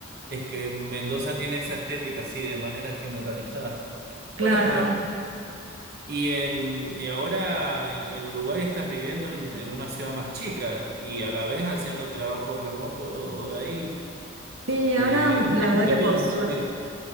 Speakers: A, on the right (about 50°); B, on the right (about 85°).
A: es que Mendoza tiene esa estética así de manera generalizada.
B: Claro.
A: Bueno, pero Y, en, y ahora en, en Uruguay estás viviendo en, en una ciudad más chica y a la vez haciendo trabajo remoto de ahí.
B: Sí, ahora
A: eh,
B: mm, la
A: es
B: verdad que por
A: todo
B: suerte,
A: un cambio.